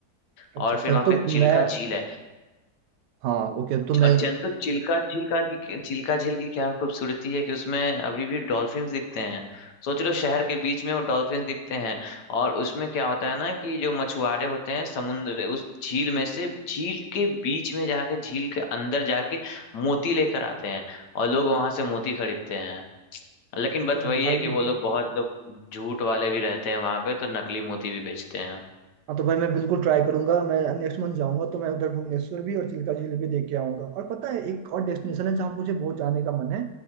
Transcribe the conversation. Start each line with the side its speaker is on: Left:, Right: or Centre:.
Right: अच्छा
Left: और
Right: अच्छा
Left: फिर वहाँ
Right: तो
Left: पे एक चिल्का
Right: मैं
Left: झील है
Right: हाँ ओके तो मैं
Left: और जन चिल्का झीलका की चिल्का झील की क्या खूबसूरती है कि उसमें अभी भी डॉल्फिन्स दिखते हैं सोच लो शहर के बीच में वो डॉल्फिन्स दिखते हैं और उसमें क्या होता है ना कि जो मछुआरे होते हैं समुद्र उस झील में से झील के बीच में जाके झील के अंदर जाके मोती लेकर आते हैं और लोग वहां से मोती खरीदते हैं लेकिन बस
Right: तो
Left: वही
Right: भाई
Left: है कि वो लोग बहुत लोग झूठ वाले भी रहते हैं वहां पे तो नकली मोती भी बेचते हैं
Right: हाँ तो भाई मैं बिल्कुल ट्राई करूंगा मैं नेक्स्ट मंथ जाऊंगा तो मैं उधर भुवनेश्वर भी और चिल्का झील भी देख के आऊंगा और पता है एक और डेस्टिनेशन है जहाँ मुझे बहुत जाने का मन है